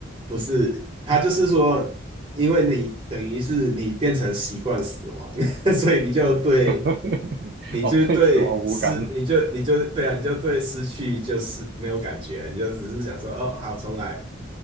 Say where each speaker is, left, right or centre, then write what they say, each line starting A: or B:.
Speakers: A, on the right; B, on the right.
A: 不是他就是说，因为你等于是你变成习惯死亡，<laughs> 所以你就对，
B: <laughs>
A: 你就对失，
B: 哦，对死亡无感。
A: 你就你就对啊，你就对失去就是没有感觉，你就只是想说，哦，好，重来，